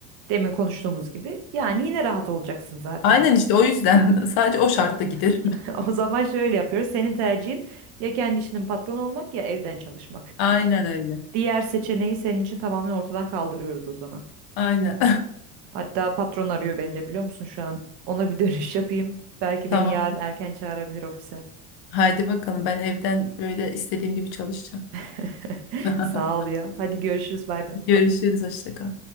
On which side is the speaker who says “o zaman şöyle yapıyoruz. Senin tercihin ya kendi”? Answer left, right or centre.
Right